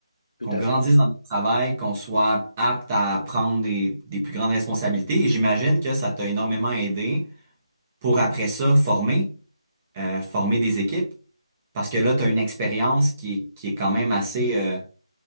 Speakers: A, on the left; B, on the right.
A: tout
B: qu'on
A: à
B: grandisse
A: fait.
B: dans notre travail, qu'on soit apte à prendre des, des plus grandes responsabilités. Et j'imagine que ça t'a énormément aidé pour après ça former, euh, former des équipes. Parce que là, tu as une expérience qui, est- qui est quand même assez, euh,